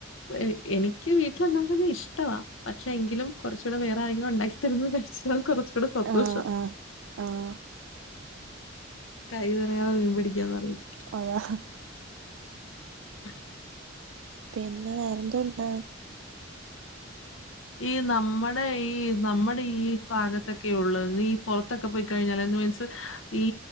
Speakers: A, on the left; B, on the right.
A: വ് എ എനിക്ക് വീട്ടില് ഒണ്ടാക്കുന്നത് ഇഷ്ടവാ. പക്ഷേ എങ്കിലും കൊറച്ചുടെ വേറെ ആരെങ്കിലും ഒണ്ടാക്കിത്തരുന്നത് കഴിച്ചാൽ കൊറച്ച് <unintelligible> സന്തോഷം
B: ആഹ് ആഹ് ആഹ്
A: കൈ നെറ ആഹ് മീൻ പിടിക്കാന്ന് <unintelligible>
B: അതാ.
A: ആ
B: പിന്നെ വേറെ എന്തുണ്ട്?
A: ഈ നമ്മടെ ഈ നമ്മടെ ഈ ഭാഗത്തൊക്കെ ഉള്ള് ഈ പൊറത്തൊക്കെ പോയിക്കഴിഞ്ഞാല് <unintelligible> മീൻസ് ഈ